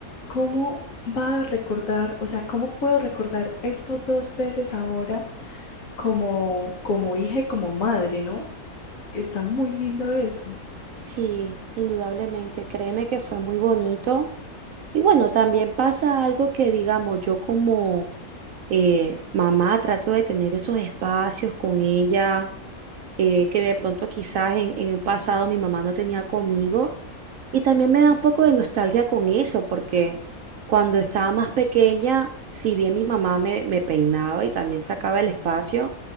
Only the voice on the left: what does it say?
cómo va a recordar, o sea, cómo puedo recordar esto dos veces ahora como, como hija y como madre, ¿no? Está muy lindo eso.